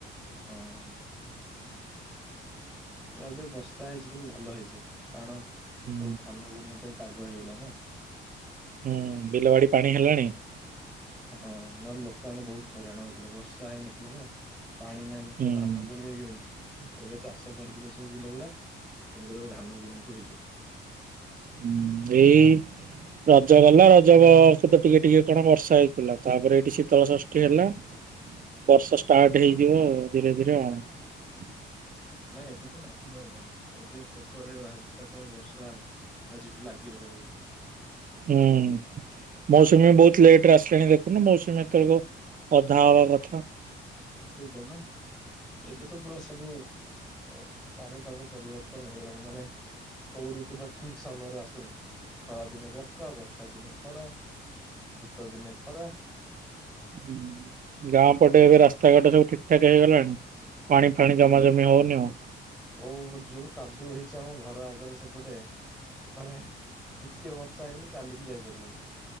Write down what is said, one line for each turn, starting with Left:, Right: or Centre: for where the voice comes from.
Centre: ହଁ । ଏ ବର୍ଷା ହେଇଛି କିନ୍ତୁ ଭଲ ହେଇଛି କାରଣ
Right: ହୁଁ
Centre: ସବୁ ଧାନ ବୁଣିବା ପାଇଁ । ପାଗ ହେଇଗଲା ନା ।
Right: ହୁଁ ବିଲବାଡି ପାଣି ହେଲାଣି ।
Centre: ହଁ ନହେଲେ ଲୋକମାନେ ବହୁତ ହଇରାଣ ହଉଥିଲେ ବର୍ଷା ହେଇନଥିଲା ନା । ପାଣି ନାହିଁ
Right: ହୁଁ।
Centre: ତ ଧାନ ବୁଣିବେ କେମତି? ଏବେ ଚାଷ କରିଦେଲେ ସବୁ ବିଲଗୁଡା । ତେଣୁକରି ଏବେ ଧାନ ବୁଣିବାକୁ ହେଇଯିବ ।
Right: ହୁଁ ଏଇ । ରଜ ଗଲା ରଜ ବେଳକୁ ତ କଣ ଟିକେ ଟିକେ ବର୍ଷା ହେଇଥିଲା । ତାପରେ ଏଇଠି ଶୀତଳ ଷଷ୍ଠଟି ହେଲା। ବର୍ଷା ଷ୍ଟାର୍ଟ ହେଇଯିବ ଧୀରେ ଧୀରେ ଆଉ ।
Centre: ନାଇଁ ଏବେ ତ ଲାଗି ରହିବ ଏବେ ପେପର ରେ ବାହାରିଥିଲା କଣ ବର୍ଷା ଆଜିଠୁ ଲାଗି ରହିବ ବୋଲି ।
Right: ହୁଁ । ମୌସୁମୀ ବହୁତ ଲେଟରେ ଆସିଲାଣି ଦେଖୁନ ମୌସୁମୀ ଏତେବେଳ ଅଧା ହବା କଥା। ।
Centre: ସେଇଟା ବା ଏବେ ତ ପୁରା ସବୁ । ପାଣିପାଗ ପରିବର୍ତ୍ତନ ହେଇଗଲାଣି ମାନେ । କଉ ଋତୁ ଟା ଠିକ ସମୟରେ ଆସୁନି। ଖରା ଦିନେ ବର୍ଷା ବର୍ଷା ଦିନେ ଖରା । ଶୀତ ଦିନେ ଖରା ।
Right: ହୁଁ । ଗାଁ ପଟେ ଏବେ ରାସ୍ତାଘାଟ ସବୁ ଠିକ ଠାକ ହେଇଗଲାଣି । ପାଣି ଫାଣି ଜମା ଜମି ହଉନି ଆଉ?
Centre: ଓ ଯୋଉ କାଦୁଅ ହେଇଛି ଆମ ଘର ଆଗରେ ସେପଟେ । ମାନେ ଟିକେ ବର୍ଷା ହେଇଗଲେ ଚାଲିକି ଯାଇପାରିବନି ।